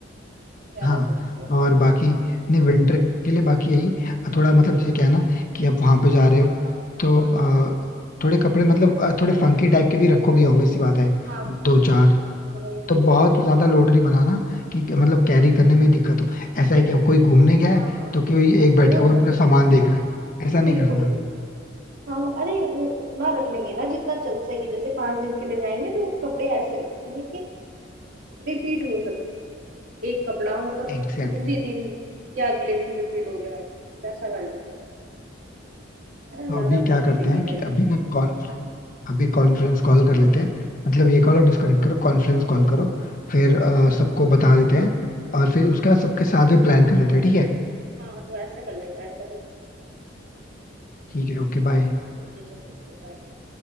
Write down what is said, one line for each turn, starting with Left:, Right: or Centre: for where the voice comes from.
Right: ज्यादा
Left: हाँ
Right: कुछ नहीं रखेंगे
Left: और बाकी नहीं विंटर के लिए बाकी यही थोड़ा मतलब जैसे क्या है ना कि आप वहां पे जा रहे हो
Right: हाँ
Left: तो
Right: हाँ
Left: अ,
Right: हाँ
Left: थोड़े कपड़े मतलब अ, थोड़े फंकी टाइप के भी रखोगे ऑब्वियस सी बात है
Right: हाँ वो-
Left: दो चार
Right: हाँ वो तो रहेंगे
Left: तो
Right: ही।
Left: बहुत ज्यादा लोड नहीं बनाना कि मतलब कैरी करने में ही दिक्कत हो ऐसा है कि अब कोई घूमने गया है
Right: हाँ हाँ
Left: तो कोई एक बैठा
Right: डोल
Left: हुआ
Right: मतलब
Left: है, पूरा सामान देख रहा है ऐसा नहीं
Right: बिल्कुल
Left: करना
Right: बिल्कुल हाँ अरे वो उतना रख लेंगे ना जितना चल सके जैसे पांच दिन के लिए जाएंगे तो कपड़े ऐसे रखेंगे कि रिपीट हो सके एक कपड़ा मतलब
Left: Exactly
Right: उसी
Left: exactly.
Right: दिन या अगले दिन रिपीट हो जाए कुछ ऐसा कर लेंगे है ना
Left: तो
Right: ज्यादा
Left: अभी क्या
Right: वो नहीं
Left: करते
Right: लेके
Left: हैं
Right: जाएगा
Left: कि अभी ना कॉन्फ्रेंस अभी कॉन्फ्रेंस कॉल कर लेते हैं मतलब ये कॉल आप डिस्कनेक्ट करो कॉन्फ्रेंस कॉल करो फिर
Right: अच्छा
Left: अ, सबको बता देते हैं और फिर उसका सबके साथ में प्लान कर लेते हैं ठीक है
Right: हाँ तो ऐसा कर लेते हैं चलो
Left: ठीक है ओके बाय
Right: ठीक है चलो चलो बाय बाय